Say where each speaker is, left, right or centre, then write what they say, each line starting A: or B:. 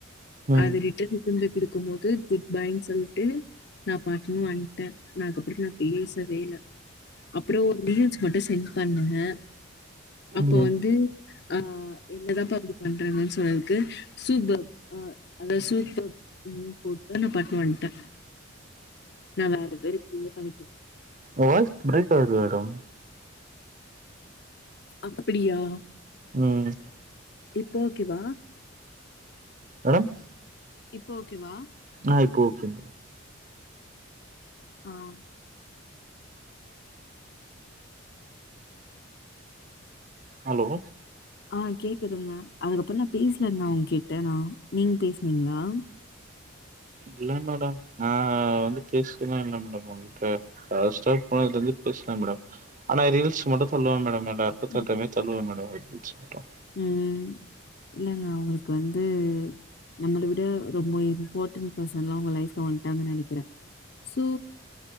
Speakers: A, on the right; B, on the left.
A: ம்.
B: அது ரிட்டன் கொண் போய் குடுக்கும்போது குட் பாய்ன் சொல்ட்டு நாப் பாட்னு வன்ட்டே நா அதுக்கப்ற நாப் பேசவேல அப்றோ ஒரு ரீல்ஸ் மட்டு சென்ட் பண்ணே அப்போ
A: ம்.
B: வந்து ஆ என்னதாப்ப அப்டி பண்றாங்கன் சொன்னதுக்கு சூப்பப் அ அந்த சூப்பப் ம் போட்டு நா பாட்னு வன்ட்டே நா வேற பேரு <unintelligible> பண்ணிக்ல
A: உங்க வாய்ஸ் பிரேக் ஆவுது மேடம்
B: அப்பிடியா
A: ம்
B: இப்ப ஓகேவா
A: மேடம்
B: இப்ப ஓகேவா
A: ஆ இப்ப ஓகேங்க
B: ஆம்
A: அலோ
B: ஆ கேக்குதுங்க அதுக்கப்பற நாப் பேச்லங்க அவுங்கிட்ட நா நீங் பேச்னீங்ளா
A: இல்ல மேடம் நா வந்து பேச்ட்டுமேன் இந்த மேடம் ஒங்ககிட்ட லாஸ்ட்டா புவனாகிட்டருந்து பேச்னே மேடம் ஆனா ரீல்ஸ் மட்டு சொல்லுவா மேடம் என் நா எப்பத் தள்ட்டமே
B: ம்.
A: தள்ளுவ மேடம் ரீல்ஸ் மட்டு
B: ம் இல்லங்க அவுங்குளுக்கு வந்து நம்மள விட ரொம்ப இம்பார்டன்ட் பர்சன்லா அவுங்க லைஃப்ல வன்ட்டாங்கன் நெனைக்கிறே சோ